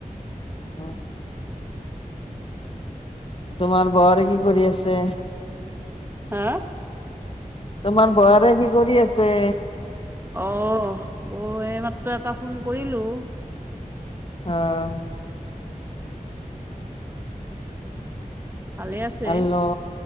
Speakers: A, on the left (about 40°); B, on the right (about 15°).
A: <unintelligible> তোমাৰ বোৱাৰী কি কৰি আছে?
B: হা।
A: তোমাৰ বোৱাৰে কি কৰি আছে?
B: অ', বৌ এই মাত্ৰ এটা ফোন কৰিলোঁ।
A: অ'।
B: ভালেই আছে,
A: হেল্ল'